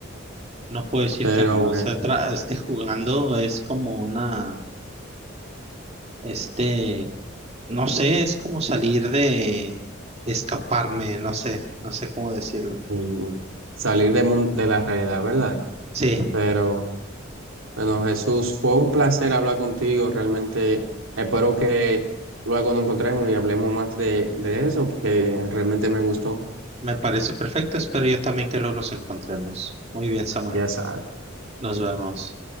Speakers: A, on the right; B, on the right.
A: no puedo decir
B: Pero
A: que no,
B: bueno,
A: o sea, tra- este jugando es como una, este, no sé, es como salir de escaparme, no sé, no sé cómo decirlo.
B: y salir de, mun- de la realidad, ¿verdad?
A: Sí,
B: Pero... Bueno, Jesús, fue un placer hablar contigo. Realmente espero que luego nos encontremos y hablemos más de, de eso, porque realmente me gustó.
A: me parece perfecto, espero yo también que luego nos encontremos. Muy bien, Samuel.
B: Ya sabes.
A: Nos vemos.